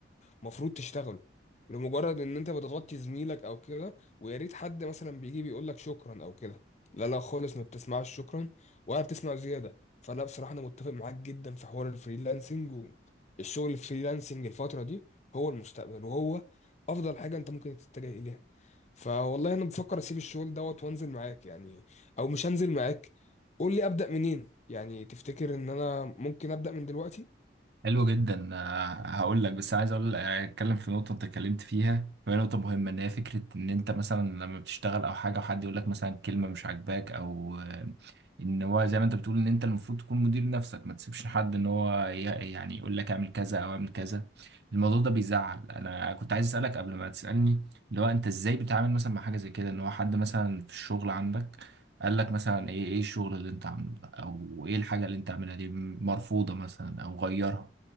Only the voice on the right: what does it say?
حلو جدا آه، هقول لك بس عايز اقول آه، اتكلم في نقطه انت اتكلمت فيها وهي نقطه مهمه ان هي فكره ان انت مثلا لما بتشتغل او حاجه وحد يقول لك مثلا كلمه مش عاجباك او آه، ان هو زي ما انت بتقول ان انت المفروض تكون مدير نفسك ما تسيبش حد ان هو ي- يعني يقول لك اعمل كذا او اعمل كذا الموضوع ده بيزعل انا كنت عايز اسالك قبل ما تسالني اللي هو انت ازاي بتتعامل مثلا مع حاجه زي كده ان هو حد مثلا في الشغل عندك قال لك مثلا ايه ايه الشغل اللي انت عامله ده او ايه الحاجه اللي انت عاملها دي مرفوضه مثلا او غيرها